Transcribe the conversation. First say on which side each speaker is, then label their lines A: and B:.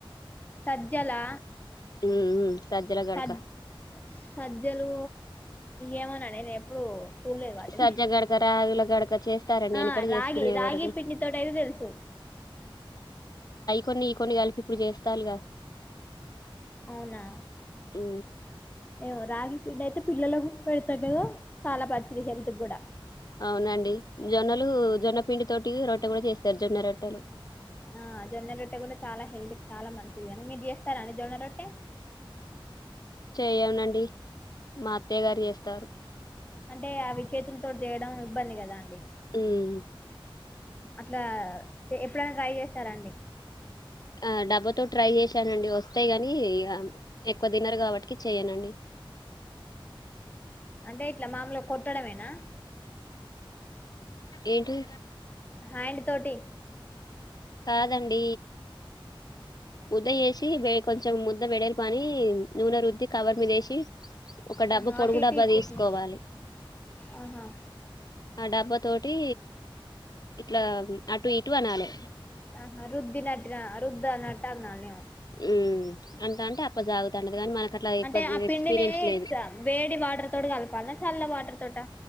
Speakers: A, on the left; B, on the left.
A: సజలా
B: ఉమ్ సజ్జల గడక
A: సద్ సజలు ఏమన్నాండి నేను ఎప్పుడు చూడలేదు వాటిని
B: సజ్జ గడ్కర అవిలా గడక చేస్తారండి
A: ఆ
B: ఎనుడ చేసుకునేవర
A: రాగి రాగి పిండితోటి అయితే తెలుసు
B: కొన్ని కొన్ని కలిపి ఇప్పుడు చేస్తాలుగా
A: అవునా
B: ఊ
A: ఏమొ రాగి పిండి అయితే పిల్లల్లో పెడతా కదో చాలా మంచిది హెల్త్ కూడా
B: అవునండి జొన్నలు జొన్నపిండి తోటి రొట్ట కూడా చేస్తారు జొన్న రొట్టలు
A: ఆ జొన్న రొట్టె కూడా చాలా హెల్తీ చాలా మంచిది కానీ మీరు చేస్తారా అండి జొన్న రొట్టె
B: చేయనండి మా అత్తయ్య గారు చేస్తారు
A: అంటే అవి చేతులతోటి చేయడం ఇబ్బంది కదా అండి
B: ఉమ్
A: అట్లా చె ఎప్పుడన్న ట్రై చేశారండి
B: ఆ డబ్బాతో ట్రై చేశానండి వస్తే కానీ ఇక ఎక్కువ తినర్ కాబట్టి చేయనండి
A: అంటే ఇట్లా మామూలుగా కొట్ కొట్టడమేనా
B: ఏంటిది
A: హ్యాండ్ తోటి
B: కాదండి ముద్ద చేసి వే కొంచెం ముద్ద వెడల్పు అని నూనె రుద్ది కవర్ మీద ఏసి ఒక డబ్బా
A: ఆహా
B: పొడుగు
A: అటు ఇటు
B: డబ్బా
A: ఇటు
B: తీసుకోవాలి
A: ఇటు ఆహా
B: ఆ డబ్బా తోటి ఇట్లా అటు ఇటు అనాలే
A: ఆహా రుద్దినట్టుగా రుద్దనట్టానాలి
B: ఉ అంట అంటే అప్ప సాగుతా ఉంటది కానీ మనకు అట్లా ఎక్కువ
A: అంటే ఆ పిండిని
B: ఎక్స్పీరియన్స్ లేదు
A: స వేడి వాటర్ తోటి కలపాల చల్ల వాటర్ తోట